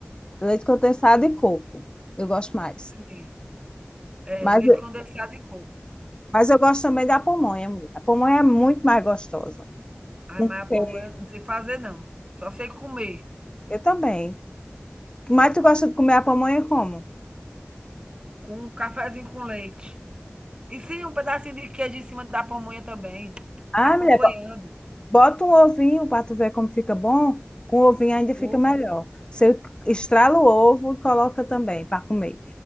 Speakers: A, on the left; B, on the right.
A: leite condensado e coco. Eu gosto mais.
B: Sim. É,
A: Mas
B: leite condensado e coco.
A: Mas eu gosto também da pamonha, mulher. A pamonha é muito mais gostosa.
B: Ai,
A: Com
B: mas a pamonha
A: queijo.
B: não sei fazer, não. Só sei comer.
A: Eu também. Mas tu gosta de comer a pamonha como?
B: Com um cafezinho com leite. E sim, um pedacinho de queijo em cima da pamonha também,
A: Ah,
B: acompanhando.
A: mulher, bo- bota um ovinho para tu ver como fica bom. Com o ovinho ainda fica
B: Ovo.
A: melhor. Você estrala o ovo e coloca também para comer.